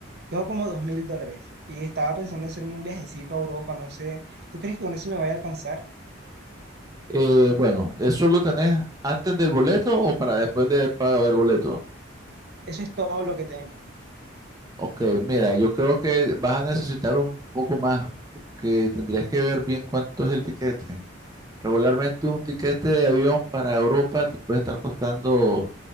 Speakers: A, on the right (about 50°); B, on the right (about 20°).
A: Tengo como dos mil dólares y estaba pensando hacerme un viajecito a Europa, no sé. ¿Tú crees que con eso me vaya a alcanzar?
B: Eh, bueno, ¿eso lo tenés antes del boleto o para después del pago del boleto?
A: Eso es todo lo que tengo.
B: Ok, mira, yo creo que vas a necesitar un poco más, que tendrías que ver bien cuánto es el tiquete. Regularmente un tiquete de avión para Europa te puede estar costando